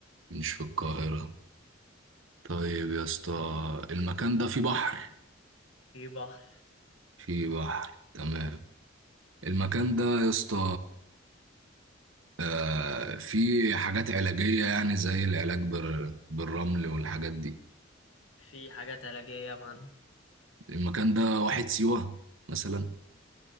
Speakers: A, on the right; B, on the left.
A: مش في القاهرة طيب يا اسطى المكان ده فيه بحر
B: في بحر
A: فيه بحر تمام المكان ده يا اسطى آه، فيه حاجات علاجية يعني زي العلاج بال- بالرمل والحاجات دي
B: في حاجات علاجية يا معلم
A: المكان ده واحد سيوة مثلا